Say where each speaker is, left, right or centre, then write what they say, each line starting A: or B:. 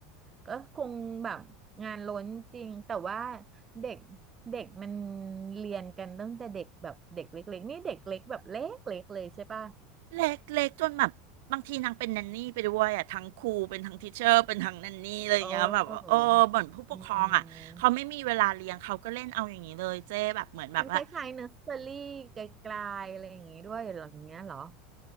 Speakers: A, on the right; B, on the right.
A: ก็คงแบบงานล้นจริงแต่ว่าเด็กเด็กมันเรียนกันตั้งแต่เด็กแบบเด็กเล็กๆนี่เด็กเล็กแบบเล็กๆเลยใช่ป่ะ
B: เล็กเล็กจนแบบบางทีนางเป็นแนนนี่ไปด้วยอ่ะทั้งครูเป็นทั้งทิเชอร์เป็นทั้งแนนนี่อะไรอย่างเงี้ยแบบว่าเออบ่นผู้ปกครองอ่ะเขาไม่มีเวลาเลี้ยงเขาก็เล่นเอาอย่างนี้เลยเจ๊แบบเหมือนแบบว่า
A: โอ้อืม มันคล้ายๆเนอร์เซอรี่ไกลๆอะไรอย่างงี้ด้วยเหรออย่างเงี้ยเหรอ